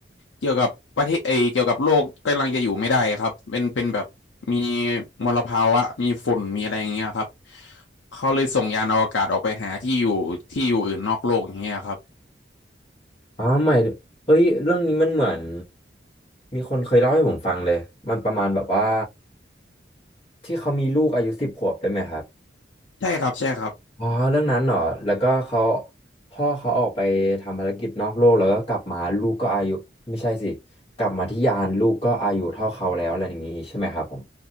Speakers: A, on the left; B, on the left.
A: เกี่ยวกับประเทศเอยเกี่ยวกับโลกกำลังจะอยู่ไม่ได้ครับ เป็นเป็นแบบมีมลภาวะ มีฝุ่นมีอะไรอย่างเงี้ยครับ เขาเลยส่งยานอวกาศออกไปหาที่อยู่ที่อยู่อื่นนอกโลกอย่างเงี้ยครับ
B: อ๋อไม่เอ้ยเรื่องนี้มันเหมือนมีคนเคยเล่าให้ผมฟังเลยมันประมาณแบบว่าที่เขามีลูกอายุสิบขวบได้ไหมครับ
A: ใช่ครับใช่ครับ
B: อ๋อเรื่องนั้นเหรอแล้วก็เขาพ่อเขาออกไปทำภารกิจนอกโลกแล้วก็กลับมาลูกก็อายุไม่ใช่สิกลับมาที่ยานลูกก็อายุเท่าเขาแล้วอะไรอย่างงี้ใช่ไหมครับผม